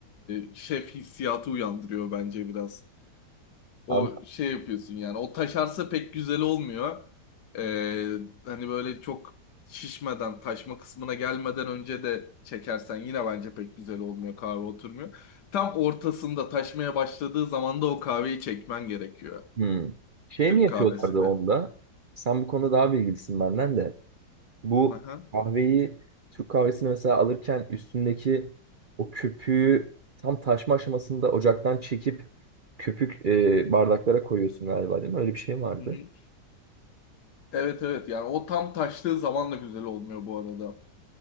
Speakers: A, on the left; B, on the right.
A: e, şef hissiyatı uyandırıyor bence biraz. O
B: Abi
A: şey yapıyorsun yani. O taşarsa pek güzel olmuyor. E, hani böyle çok şişmeden, taşma kısmına gelmeden önce de çekersen yine bence pek güzel olmuyor. Kahve oturmuyor. Tam ortasında taşmaya başladığı zaman da o kahveyi çekmen gerekiyor.
B: hı. Şey
A: Türk
B: mi yapıyorlardı
A: kahvesine.
B: onda? Sen bu konuda daha bilgilisin benden de. Bu
A: Aha.
B: kahveyi Türk kahvesini mesela alırken üstündeki o köpüğü tam taşma aşamasında ocaktan çekip köpük e, bardaklara koyuyorsun galiba değil mi? Öyle bir şey vardı.
A: Hı hı. Evet evet yani o tam taştığı zaman da güzel olmuyor bu arada.